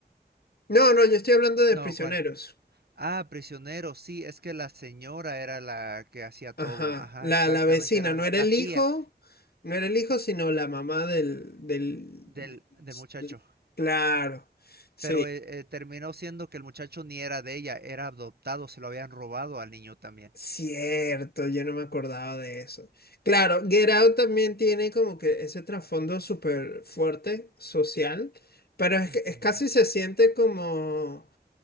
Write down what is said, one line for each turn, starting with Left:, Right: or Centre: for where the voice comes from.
Left: No, no, yo estoy hablando de
Right: No,
Left: prisioneros.
Right: ¿cuál? Ah, prisionero, sí, es que la señora era la que hacía todo.
Left: Ajá,
Right: Ajá,
Left: la,
Right: exactamente,
Left: la vecina,
Right: era
Left: no
Right: la,
Left: era
Right: la
Left: el
Right: tía
Left: hijo, no era el hijo, sino la mamá del, del,
Right: del, del muchacho.
Left: del- Claro, sí,
Right: Pero eh, eh, terminó siendo que el muchacho ni era de ella, era adoptado, se lo habían robado al niño también.
Left: cierto, yo no me acordaba de eso. Claro, Get Out también tiene como que ese trasfondo súper fuerte, social, pero es
Right: Ujú.
Left: que es casi se siente como...